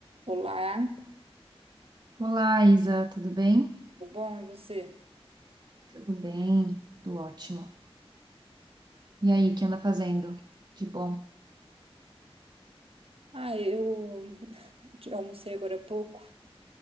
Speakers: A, on the right (about 65°); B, on the right (about 45°).
A: Olá,
B: Olá, Isa, tudo bem?
A: tudo bom? E você?
B: Tudo bem, tudo ótimo. E aí, o que anda fazendo? De bom?
A: Ah, eu te- almocei agora há pouco